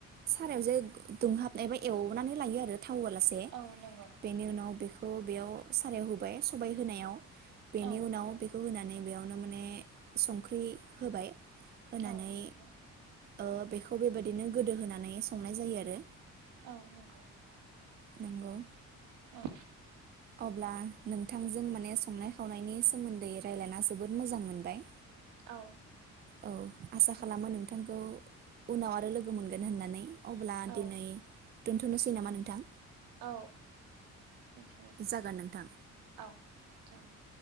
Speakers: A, on the right; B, on the right.
A: सारायाव जे दुंहाबनायबा एवनानै लायो आरो। थावहोआलासे
B: औ नंगौ
A: बेनि उनाव बेखौ खौ बेयाव सारायाव होबाय। सबाय होनायाव। बेनि
B: औ
A: उनाव
B: नंगौ
A: बेखौ होनानै बेयाव नो माने संख्रि होबाय। होनानै
B: औ नंगौ।
A: ओ बेखौ बेबादिनो गोदो होनानै संनाय जायो आरो।
B: औ नोंगौ।
A: नोंगौ।
B: औ।
A: अब्ला नोंथांजों माने संनाय खावनायनि सोमोन्दै रायलायना जोबोद मोजां मोनबाय।
B: औ
A: औ आसा
B: नंगौ
A: खालामो नोंथांखौ उनाव आरो लोगो मोनगोन होननानै। अब्ला
B: औ
A: दिनै दोन्थ'नोसै नामा नोंथां?
B: औ। <unintelligible>
A: जागोन नोंथां।
B: औ। जागोन।